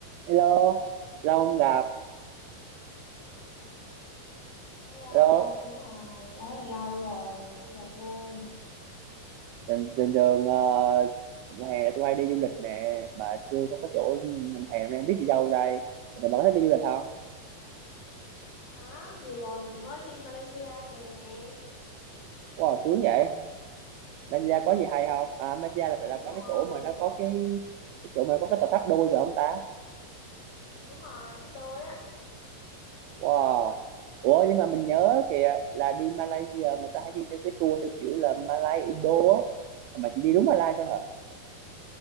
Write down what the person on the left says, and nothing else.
Hello,
đúng rồi, quá là lâu rồi, chưa gặp luôn.
Có, vừa rồi mình mới đi Malaysia về nè,
thì
cũng tranh
thủ
thôi.
Đúng rồi, thích đôi á.